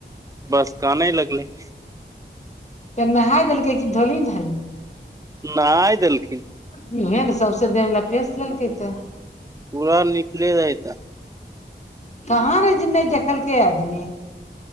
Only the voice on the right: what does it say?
बस कानै लगले
नहाय देलखिन
पुरा निकलै रहै तऽ